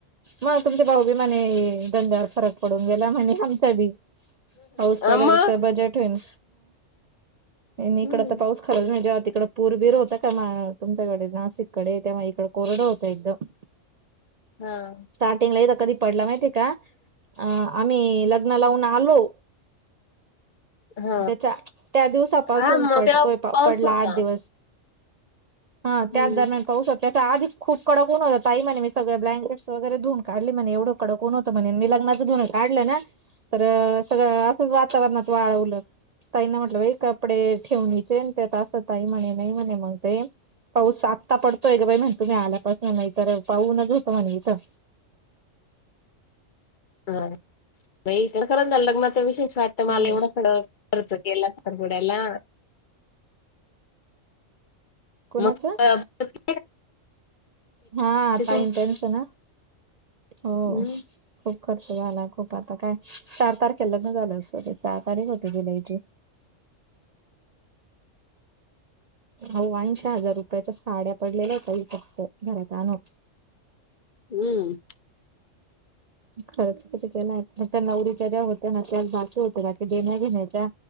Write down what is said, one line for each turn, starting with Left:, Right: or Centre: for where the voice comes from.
Right: मग तुमचे भाऊ बी म्हणे, दंद्यावर फरक पडून गेला म्हणे, आमचा बी पाऊस पडेल
Left: मग
Right: तर बजेट होईल, आणि इकड
Left: हम्म.
Right: तर पाऊस खरं मग जेव्हा तिकडं पूरबीर होतं का, तुमच्याकडे, नाशिककडे त्यामुळे इकडे कोरडं होत एकदम
Left: हा.
Right: स्टार्टिंगला इथं कधी पडला माहिती आहे का? आम्ही लग्न लावून आलो
Left: हा
Right: त्याच्या, त्या दिवसापासून
Left: हा मग
Right: पडतोय
Left: तेव्हा पाऊस
Right: पडला
Left: होता
Right: आठ दिवस. हा, त्याच
Left: हम्म.
Right: दरम्यान पाऊस होता तर, आधी खूप कडक ऊन होत ताई म्हणे, मी सगळे ब्लँकेट्स वैगेरे धुवून काढली म्हणे, एवढं कडंक उन होतं म्हणे, मी लग्नाच धुून काढलं ना तर सगळं असंच वातावरणात वाळवलं, ताईंना म्हटलं कपडे ठेवणीचे आणि ते अस ताई म्हणे, नाही म्हणे म्हण ते, पाऊस आत्ता पडतोय ग बाई म्हण मी आल्यापासून तर पाहून घेतो म्हण म्हणे इथं.
Left: हा, खरं झालं लग्नाचा विशेष वाटतं मला,
Right: हम्म
Left: एवढं सगळ खर्च केला साखरपुड्याला
Right: कोणाचं
Left: <unintelligible> अ <unintelligible>
Right: हा,
Left: ते
Right: ताईन
Left: तुम
Right: तेचं ना? हो.
Left: हम्म.
Right: खूप खर्च झाला, खूप आता काय, चार तारखे लग्न झालं असल, सहा तारीख होती ज्यूलईची. हो, ऐंशी हजार रुपयाच्या साड्या पडलेल्या होत्या इथ फक्त घरात आणून.
Left: हम्म!
Right: खरंच <unintelligible> नाही नवरीच्या ज्या होत्या ना, त्या बाकी होत्या बाकी देण्या घेण्याच्या